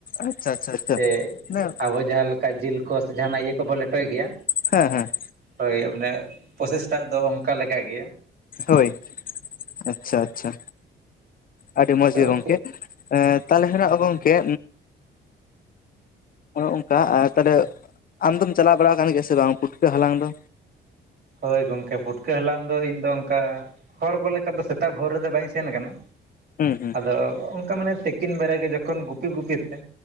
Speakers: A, on the left (about 45°); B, on the right (about 55°).
A: ᱟᱪᱪᱷᱟ ᱟᱪᱪᱷᱟ ᱟᱪᱪᱷᱟ᱾
B: ᱥᱮ
A: ᱚᱱᱮ
B: ᱟᱵᱚ ᱡᱟᱦᱟᱸ ᱞᱮᱠᱟ ᱡᱤᱞ ᱠᱚ ᱥᱮ ᱡᱟᱦᱟᱱᱟᱜ ᱤᱭᱟᱹ ᱠᱚᱵᱚ ᱞᱮᱴᱚᱭ ᱜᱮᱭᱟ᱾
A: ᱦᱮᱸ ᱦᱮᱸ
B: ᱦᱳᱭ ᱢᱟᱱᱮ ᱯᱨᱚᱥᱮᱥᱴᱟᱜ ᱫᱚ ᱚᱱᱠᱟ ᱞᱮᱠᱟ ᱜᱮ᱾
A: ᱦᱳᱭ ᱟᱪᱪᱷᱟ ᱟᱪᱪᱷᱟ ᱟᱹᱰᱤ ᱢᱚᱡᱽ
B: ᱟᱫᱚ
A: ᱜᱮ ᱜᱚᱝᱠᱮ᱾ ᱮᱸ ᱛᱟᱦᱚᱞᱮ ᱠᱷᱟᱱᱟᱜ ᱜᱚᱝᱠᱮ ᱚᱱᱮ ᱚᱝᱠᱟ ᱟᱨ ᱛᱟᱦᱚᱞᱮ ᱟᱢᱫᱚᱢ ᱪᱟᱞᱟᱣ ᱵᱟᱲᱟ ᱟᱠᱟᱱ ᱜᱮᱭᱟ ᱥᱮ ᱵᱟᱝ ᱯᱩᱴᱠᱟᱹ ᱦᱟᱞᱟᱝ ᱫᱚ?
B: ᱦᱳᱭ ᱜᱚᱝᱠᱮ ᱯᱷᱩᱴᱠᱟᱹ ᱦᱟᱞᱟᱝ ᱫᱚ ᱤᱧ ᱫᱚ ᱚᱱᱠᱟ ᱦᱚᱲ ᱠᱚ ᱞᱮᱠᱟ ᱫᱚ ᱥᱮᱛᱟᱜ ᱵᱷᱳᱨ ᱨᱮᱫᱚ ᱵᱟᱹᱧ ᱥᱮᱱ ᱟᱠᱟᱱᱟ᱾
A: ᱦᱩᱸ ᱦᱩᱸ
B: ᱟᱫᱚ ᱚᱱᱠᱟ ᱢᱟᱱᱮ ᱛᱤᱠᱤᱱ ᱵᱮᱲᱟ ᱜᱮ ᱡᱚᱠᱷᱚᱱ ᱜᱩᱯᱤ ᱜᱩᱯᱤ ᱛᱮ